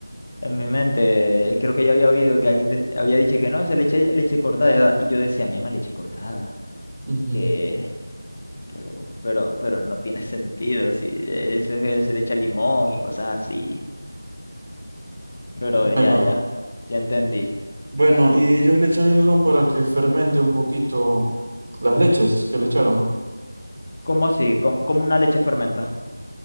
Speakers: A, on the left; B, on the right.
A: en mi mente, eh, creo que yo había oído que alguien de- había dicho que no, se le echa leche cortada. Y yo decía, mi ama, leche cortada.
B: Ujú.
A: que Pero, pero, pero no tiene <laughs> sentido. Si eso es que se le echa limón y cosas así. Pero
B: Bueno,
A: ya, ya, ya entendí.
B: bueno, y ellos le echan el ron para que fermente un poquito las leches que le echaron.
A: ¿Cómo así? ¿Cómo, cómo una leche fermenta?